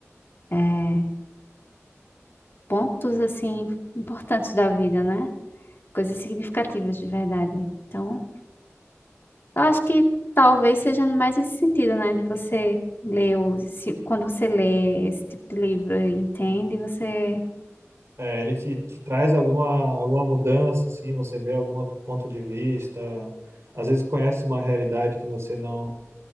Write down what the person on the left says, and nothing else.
é, pontos, assim, importantes da vida, né? Coisas significativas de verdade. Então, Eu acho que talvez seja mais esse sentido, né? De você ler, o, se- quando você lê esse tipo de livro e entende, você.